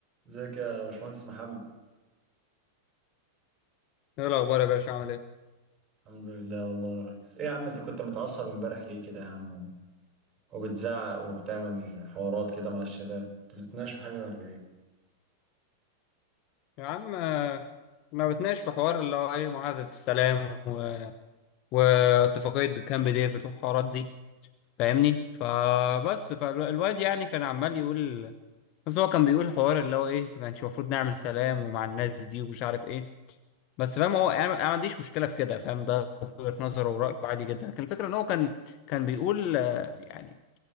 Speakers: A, on the right (about 20°); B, on the left (about 40°).
A: ازيك يا باشمهندس محمد
B: ايه الاخبار يا باشا عامل ايه
A: الحمد لله والله يا ريس ايه يا عم انت كنت متعصب امبارح ليه كده يا عم و- وبتزعق وبتعمل حوارات كده مع الشباب انت بتتناقشوا في حاجه ولا ايه
B: يا عم آه، ما بتناقش في حوار اللي هو ايه معاهدة السلام و... واتفاقية كامب ديفيد والحوارات دي فاهمني فبس فالواد يعني كان عمال يقول بس هو كان بيقول حوار اللي هو ايه ما كانش المفروض نعمل سلام ومع الناس دي ومش عارف ايه بس فاهم هو انا أنا ما عنديش مشكلة في كده فاهم ده وجهة نظره ورأيه عادي جدا لكن الفكرة ان هو كان كان بيقول آه، يعني